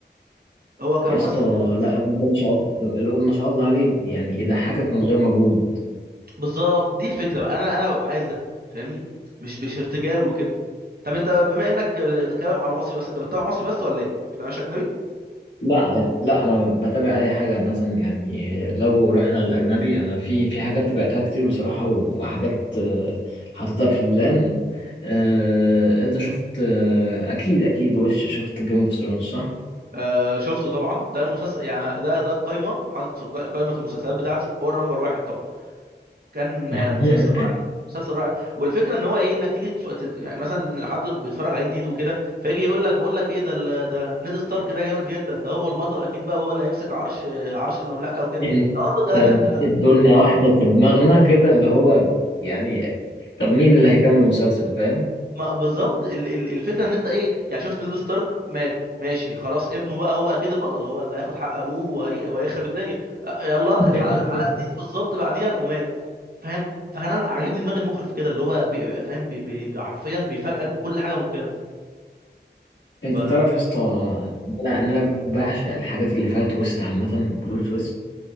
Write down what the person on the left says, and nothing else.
يا اسطى
لا الواد ده ما شاء الله الواد ما شاء الله عليه يعني يضحكك من غير مجهود
لا لا انا بتابع اي حاجه مثلا يعني لو رحنا للاجنبي انا في في حاجات تابعتها كتير بصراحه وحاجات آه، حاططها في البلان آه، انت شفت آه، اكيد اكيد وش شفت جيم اوف ثرونز صح
<laughs>
إن-
طب ادولنا
واحده في دماغنا كده اللي هو يعني طب مين اللي هيكمل المسلسل فاهم
<laughs>
انت
تعرف يا اسطى ان انا إن أنا بعشق الحاجات اللي فيها تويست عامه بلوت تويست